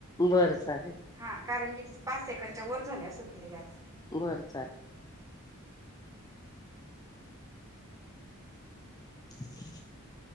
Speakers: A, on the left; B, on the right.
A: बरं चालेल.
B: हा कारण की पाच सेकंडच्या वर झाले असेल ती याला.
A: बरं चालेल. <inaudible>